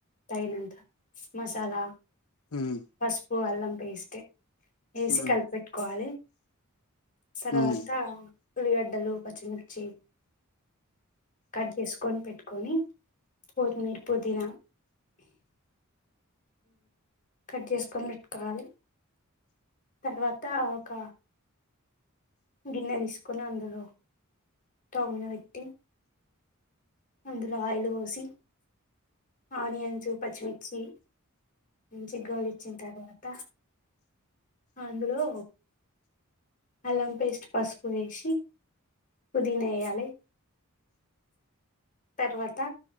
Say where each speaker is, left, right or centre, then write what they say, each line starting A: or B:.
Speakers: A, on the left; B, on the left.
A: తగినంత మసాలా
B: ఉమ్
A: పసుపు అల్లం పేస్ట్ వేసి
B: ఉమ్
A: కలిపెట్టుకోవాలి తర్వాత
B: ఉమ్
A: ఉలిగడ్డలు పచ్చిమిర్చి కట్ చేసుకొని పెట్టుకొని కొత్మీర పుదీనా కట్ చేసుకొని పెట్టుకోవాలి తర్వాత ఒక గిన్నె తీసుకొని అందులో స్టవ్ మీద పెట్టి అందులో ఆయిల్ పోసి ఆనియన్స్ పచ్చిమిర్చి మంచి గోళు ఇచ్చిన తర్వాత అందులో అల్లం పేస్ట్ పసుపు వేసి పుదీనా వేయాలి తర్వాత